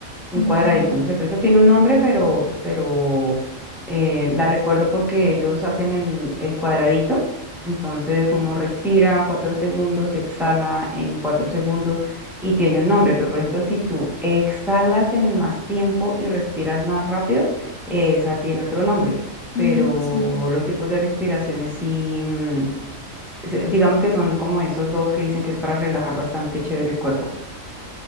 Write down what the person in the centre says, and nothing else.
un
cuadradito, no sé, pero eso tiene un nombre, pero, pero eh, la recuerdo porque ellos hacen el, el cuadradito. Entonces uno respira cuatro segundos, exhala en cuatro segundos y tiene un nombre. Pero por ejemplo, si tú exhalas en más tiempo y respiras más rápido, eh, esa tiene otro nombre.
Pero
los tipos de respiraciones sí, mm, se- digamos que son como esos dos que dicen que es para relajar bastante chévere el cuerpo.